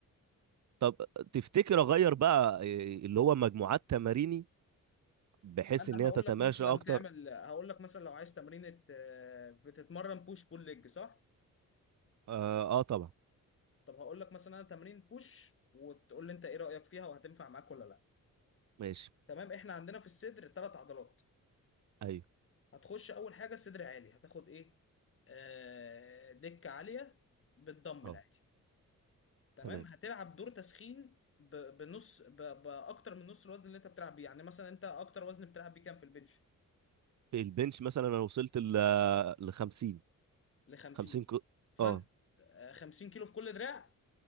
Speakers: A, on the right; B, on the left.
A: طب تفتكر اغير بقى إيه، اللي هو مجموعات تماريني بحيث
B: انا
A: ان هي
B: هقول
A: تتماشى
B: لك مثلا
A: اكتر
B: تعمل هقول لك مثلا لو عايز تمرينة آه، بتتمرن بوش بول ليج صح
A: اه, آه طبعا
B: طب هقول لك مثلا انا تمرين بوش وتقول لي انت ايه رأيك فيها وهتنفع معاك ولا لا
A: ماشي
B: تمام احنا عندنا في الصدر ثلاث عضلات
A: ايوه
B: هتخش اول حاجة صدر عالي هتاخد ايه آه، دكة عالية بالدمبل
A: اه
B: عادي تمام
A: تمام
B: هتلعب دور تسخين ب- بنص ب- باكتر من نص الوزن اللي انت بتلعب بيه يعني مثلا انت اكتر وزن بتلعب بيه كام في البنش
A: البنش مثلا انا وصلت ل ل 50
B: ل 50
A: 50 كو...
B: فانت
A: اه
B: آه، 50 كيلو في كل دراع